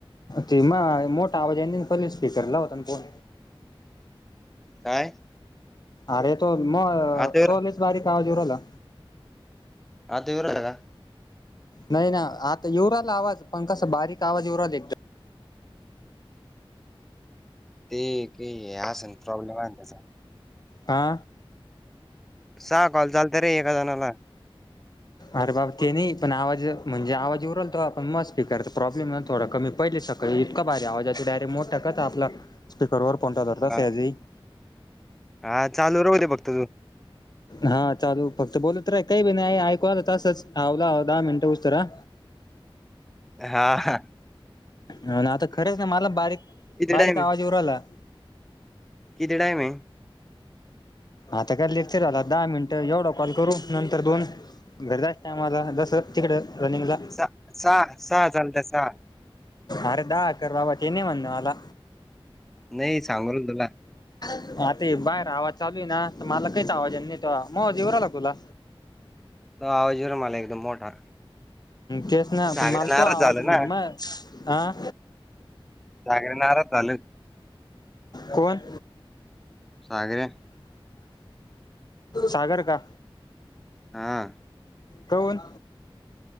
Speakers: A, on the left (about 45°); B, in the centre.
A: ते माय मोठा आवाज येण्यास पहिले स्पीकर ला होताना फोन.
B: काय?
A: अरे तो मग
B: आता येऊ राहिला
A: तो लईच बारीक आवाज येवू रहायला.
B: आत येऊ राहिला.
A: नाही ना आता येवू राआला आवाज पण कसं बारीक आवाज येवूराला
B: ते के असन प्रॉब्लेम आहेना त्याचा
A: हा.
B: सहा कॉल चालत रे एका जणाला.
A: अरे बाबा ते नाही. पण आवाज म्हणजे आवाज येवूरलथा. आपण मग स्पीकरचा प्रॉब्लेम थोडा कमी पडले सारखा इतका बारी आवाज येतो डायरेक्ट मोठ कसा आपला स्पीकर वर फोन ठेवला
B: हा
A: सहजी <inaudible>
B: हा चालू राहू दे फक्त तू
A: हा चालू फक्त बोलत राहय काही बी नाही परत असंच आवला दहा मिनट उशिरा
B: हा-हा.
A: हो ना, आता खरंच ना मला बारीक-बारीक
B: किती टाइम आहे
A: आवाज येऊ राहिला.
B: किती टाइम हे?
A: आता काय लेक्चर झाला. दहा मिनिट एवढं कॉल करू नंतर दोन घरी जायच्या टायमाला, जसं तिकडं रनिंगला
B: सा सहा सहा चालत सहा
A: अरे दहा, अकारा बाबा ते नाही म्हण मला.
B: नाही सांगू राहिलो तुला
A: आता ते बाहेर आवाज चालू आहे ना! तर मला काहीच आवाज आहे. माझा येऊ राहिला तुला?
B: हा आवाज येऊ राहिला, एकदम मोठा.
A: केस नाही
B: सागऱ्या
A: पण मला
B: नाराज
A: तुझा आवाज
B: झालं
A: म्हणजे
B: ना
A: माझं ह
B: सगळे नाराज झालं.
A: कोण?
B: सागऱ्या.
A: सागर का?
B: हा
A: काऊन?